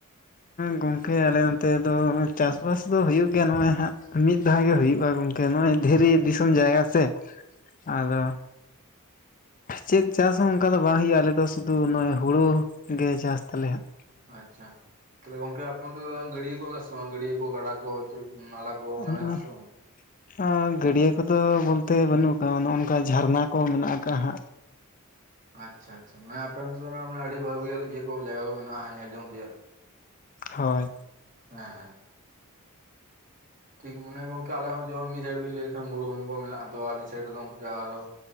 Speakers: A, on the left; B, on the right.
A: ᱜᱚᱝᱠᱮ ᱟᱞᱮ ᱚᱱᱛᱮ ᱫᱚ ᱪᱟᱥ ᱵᱟᱟᱥ ᱫᱚ ᱦᱩᱭᱩᱜ ᱜᱮᱭᱟ ᱱᱚᱜ-ᱚᱭ ᱦᱟᱸᱜ ᱢᱤᱫ ᱫᱷᱟᱣ ᱜᱮ ᱦᱩᱭᱩᱜ-ᱟ ᱜᱚᱝᱠᱮ ᱱᱚᱜ-ᱚᱭ ᱫᱷᱤᱨᱤ ᱫᱤᱥᱚᱢ ᱡᱟᱭᱜᱟ ᱥᱮ ᱟᱫᱚ ᱪᱮᱫ ᱪᱟᱥ ᱦᱚᱸ ᱚᱱᱠᱟ ᱫᱚ ᱵᱟᱝ ᱦᱳᱭᱳᱜ-ᱟ ᱟᱞᱮ ᱫᱚ ᱥᱩᱫᱩ ᱱᱚᱜ-ᱚᱭ ᱦᱩᱲᱩ ᱜᱮ ᱪᱟᱥ ᱛᱟᱞᱮ ᱦᱟᱸᱜ
B: ᱟᱪᱪᱷᱟ ᱛᱟᱦᱞᱮ ᱜᱚᱝᱠᱮ ᱟᱯ ᱜᱟᱹᱰᱭᱟᱹ ᱠᱚ ᱢᱮᱱᱟᱜ ᱟ ᱥᱮ ᱵᱟᱝ ᱜᱟᱹᱰᱭᱟᱹ ᱠᱚ ᱜᱟᱰᱟ ᱠᱚ ᱪᱮᱫ ᱱᱟᱞᱟ ᱠᱚ ᱚᱱᱟ
A: ᱚᱞ
B: ᱢᱮᱱᱟᱜ
A: ᱢᱮ
B: ᱟᱥᱮ ᱵᱟᱝ?
A: ᱚᱻ ᱜᱟᱹᱰᱭᱟᱹ ᱠᱚᱫᱚ ᱵᱚᱞᱛᱮ ᱵᱟᱹᱱᱩᱜ ᱟᱠᱟᱜ ᱱᱚᱜᱼ ᱱᱚᱝᱠᱟ ᱡᱷᱟᱨᱱᱟ ᱠᱚ ᱢᱮᱱᱟᱜ ᱟᱠᱟᱟᱜ ᱦᱟᱸᱜ
B: ᱟᱪᱪᱷᱟ ᱟᱪᱪᱷᱟ ᱢᱟᱱᱮ ᱟᱯᱮ ᱚᱱᱛᱮ ᱢᱟᱱᱮ ᱟᱹᱰᱤ ᱵᱷᱟᱹᱜᱤ ᱤᱭᱟᱹ ᱠᱚ ᱡᱟᱭᱜᱟ ᱠᱚ ᱢᱮᱱᱟᱜ-ᱟ ᱧᱮᱞ ᱡᱚᱝ ᱛᱮᱭᱟᱜ
A: ᱦᱳᱭ
B: ᱦᱮᱸ ᱦᱮᱸ ᱴᱷᱤᱠ ᱢᱟᱱᱮ ᱜᱚᱝᱠᱮ ᱟᱞᱮ ᱦᱚᱸ ᱡᱮᱢᱚᱱ ᱢᱤᱫ ᱡᱷᱟᱲ ᱵᱤᱱ ᱞᱟᱹᱭ ᱞᱮᱠᱷᱟᱱ ᱢᱩᱨᱩᱵᱷᱩᱢᱤ ᱠᱚ ᱢᱮᱱᱟᱜ-ᱟ ᱛᱚ ᱟᱨ ᱢᱤᱫ ᱥᱟᱭᱤᱴ‌ ᱨᱮᱫᱚ ᱜᱚᱝᱠᱮ ᱟᱨᱚ